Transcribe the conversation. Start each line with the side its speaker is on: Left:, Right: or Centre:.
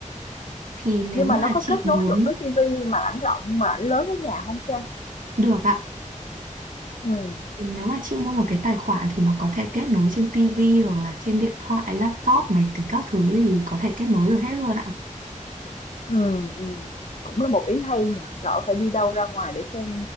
Right: Thì nếu
Left: nhưng
Right: mà
Left: mà nó có
Right: chị
Left: kết
Right: muốn
Left: nối được với ti vi màn ảnh rộng, mà ảnh lớn ở nhà không Trang?
Right: được ạ
Left: Ừm.
Right: thì Nếu mà chị mua một cái tài khoản thì nó có thể kết nối trên TV hoặc là trên điện thoại, laptop, máy tính các thứ thì có thể kết nối được hết luôn ạ
Left: Ừm, ừm, cũng là một ý hay nhỉ, đỡ phải đi đâu ra ngoài để xem